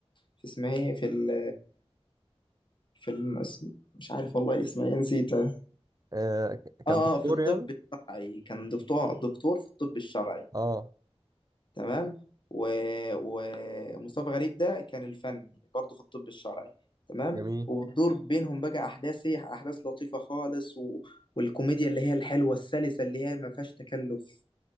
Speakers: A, on the left (about 45°); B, on the right (about 35°).
A: في اسمها ايه في ال في الم... اسم- مش عارف والله اسمها ايه نسيتها
B: آه ك- كان
A: اه
B: دكتور
A: آه، في الطب
B: يعني
A: الشرعي كان دكتور دكتور في الطب الشرعي
B: اه
A: تمام و- ومصطفى غريب ده كان الفني برضه في الطب الشرعي تمام
B: جميل
A: وبتدور بينهم بقى احداث هي احداث لطيفه خالص و... والكوميديا اللي هي الحلوه السلسه اللي هي ما فيهاش تكلف